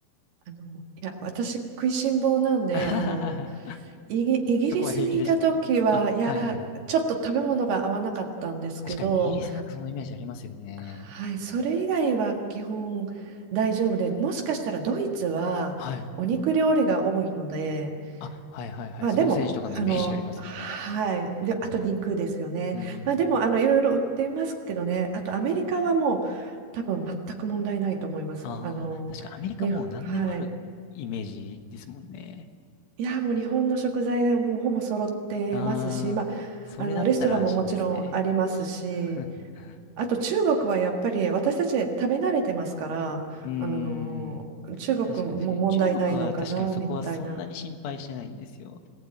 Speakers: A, on the right; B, on the left.
A: あのいや私食いしん坊なんであの
B: あはははは <laughs>
A: イギ、イギリスにいた時は、
B: そこは平気でしたかあ、
A: いや、
B: はいはいはい。
A: ちょっと食べ物が合わなかったんですけど、
B: 確かにイギリスなんかそのイメージありますよね。
A: はい、それ以外は基本大丈夫で、もしかしたらドイツはお肉料理が多いので、
B: はい。あ、はいはいはい。
A: まあでも、
B: ソーセージとかのイメージありますよね。
A: あの、はい、で、あと肉ですよね。
B: うん。
A: まあでも、あの、いろいろ売っていますけどね、あとアメリカはもう多分全く問題ないと思います。
B: ああ、
A: あの、
B: 確かアメリカもう何でもあるイメージですもんね。
A: ね、はい。いやーもう日本の食材がもうほぼ揃ってますし、
B: ああ、
A: まあ、
B: それだったら安心ですね。
A: あのレストランももちろんありますし
B: <laughs>
A: あと中国はやっぱり私たち食べ慣れてますからあのー中国も問題ないのかなみたいな。
B: うーん。確かに確かに。中国は確かにそこはそんなに心配してないんですよ。